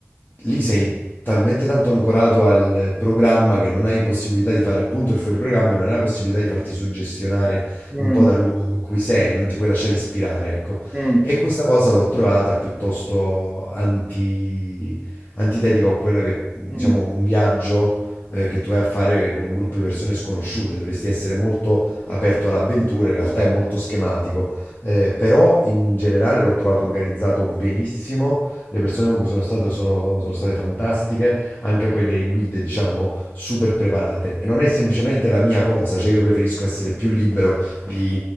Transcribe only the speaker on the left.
lì sei talmente tanto ancorato al programma che non hai possibilità di fare appunto il fuoriprogramma e non hai la possibilità di farti suggestionare
un po' dal luogo in cui sei, non ti puoi lasciare ispirare, ecco.
E questa cosa l'ho trovata piuttosto anti- antitetica a quella che, diciamo,
un viaggio eh, che tu vai a fare con un gruppo di persone sconosciute, dovresti essere molto aperto all'avventura, in realtà è molto schematico, Eh, però in generale l'ho trovato organizzato benissimo le persone con cui sono stato sono, sono state fantastiche, anche poi le guide, diciamo, super preparate. E non è semplicemente la mia cosa, cioè io preferisco essere più libero di